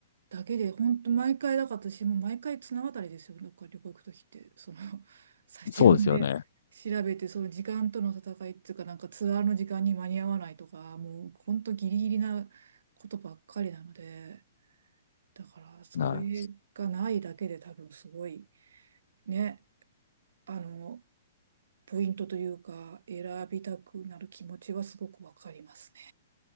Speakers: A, on the right; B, on the left.
A: だけで、本当毎回だから私も毎回綱渡りですよ。なんか旅行行くときって、その、<laughs> さ、自分で調べて、
B: い。そうですよね。
A: その時間との戦いっていうか、なんかツアーの時間に間に合わないとか、もう本当ギリギリなことばっかりなので、だからそれがないだけで多分すごい、
B: はい。
A: ね、あの、ポイントというか、選びたくなる気持ちはすごくわかりますね。